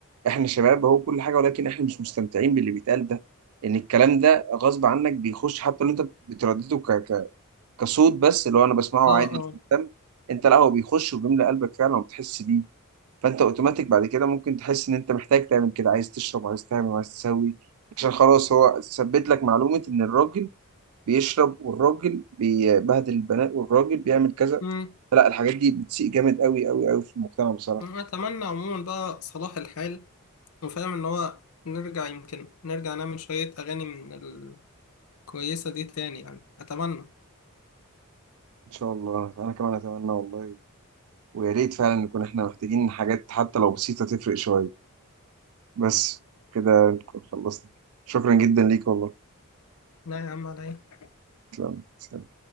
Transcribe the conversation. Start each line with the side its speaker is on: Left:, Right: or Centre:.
Right: احنا شباب هو كل حاجة ولكن احنا مش مستمتعين باللي بيتقال ده ان الكلام ده غصب عنك بيخش حتى لو انت بتردده ك... ك... كصوت بس اللي هو انا بسمعه
Left: اه
Right: عادي
Left: اه
Right: مش مهتم انت لا هو بيخش وبيملى قلبك فعلا وبتحس بيه فانت اوتوماتيك بعد كده ممكن تحس ان انت محتاج تعمل كده عايز تشرب عايز تعمل عايز تسوي عشان خلاص هو ثبت لك معلومة ان الراجل بيشرب والراجل بيبهدل البنات والراجل بيعمل كذا
Left: امم
Right: لا الحاجات دي بتسيء جامد قوي قوي قوي في المجتمع بصراحة
Left: أتمنى عموما بقى صلاح الحال وفاهم إن هو نرجع يمكن نرجع نعمل شوية أغاني من الكويسة دي تاني يعني أتمنى
Right: ان شاء الله انا كمان اتمنى والله ويا ريت فعلا نكون احنا محتاجين حاجات حتى لو بسيطة تفرق شوية بس كده نكون خلصنا شكرا جدا ليك والله
Left: لا يا عم على إيه
Right: تسلم تسلم.